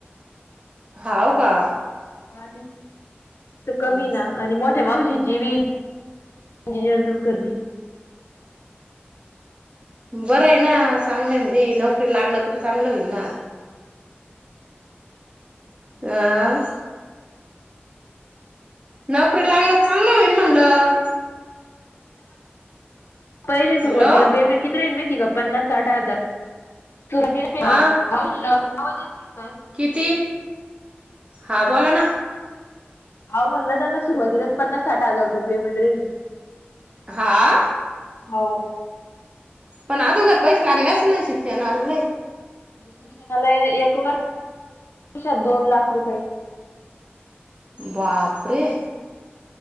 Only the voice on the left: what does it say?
हा त
कमी ना आणि मोठ्या मावशीची बी इंजिनिअरचच करती
पहिले सुरवातीला
पेमेंट किती राहील माहिती का पन्नास साठ हजार सुरवातीला ते आवाज
येत नाही काय
अवं म्हणलं त्यांना सुरवातीलाच पन्नास साठ हजार रुपये पेमेंट राहील
हो
शिक्षणाला एक वर्षात दोन लाख रुपये